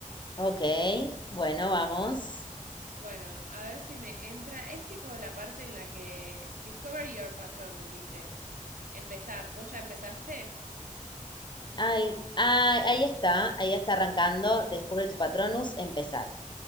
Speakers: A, on the left (about 35°); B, on the right (about 75°).
A: Ok, bueno, vamos.
B: Bueno, a ver si me entra. Es tipo la parte en la que Discover Your Patronus dice. Empezar. ¿Vos ya empezaste?
A: Ay, ay, ahí está, ahí está arrancando. Descubre tu Patronus, empezar.